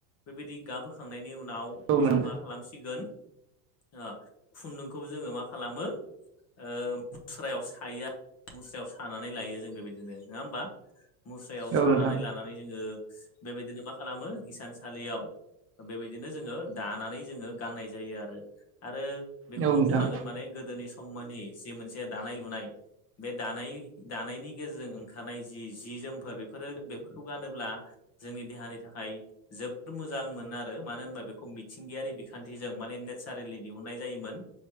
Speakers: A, on the left; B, on the right.
A: बेबायदि गाब होखांनायनि उनाव
B: औ
A: बिसोर
B: नोंथां
A: मा खालामसिगोन ओ खुन्दुंखौ जोङो मा खालामो ओ मुस्रायाव सायो <unintelligible> मुस्रायाव सानानै लायो जों बेबायदिनो नङा होमबा मुस्रायाव
B: औ
A: सानानै
B: नोंथां
A: लानानै जोङो बेबायदिनो मा खालामो हिसानसालियाव बेबायदिनो जोङो दानानै जोङो गाननाय जायो आरो आरो बेखौबो
B: औ नोंथां
A: बुंनांगोन माने गोदोनि सममोननि जि मोनसे दानाय लुनाय बे दानाय दानायनि गेजेरजों ओंखारनाय जि जि जोमफोर बेफोरो बेफोरखौ गानोब्ला जोंनि देहानि थाखाय जोबोर मोजां मोनो आरो मानो होनबा बेखौ मिथिंगायारि बिखान्थिजों माने नेचारेलि दिहुननाय जायोमोन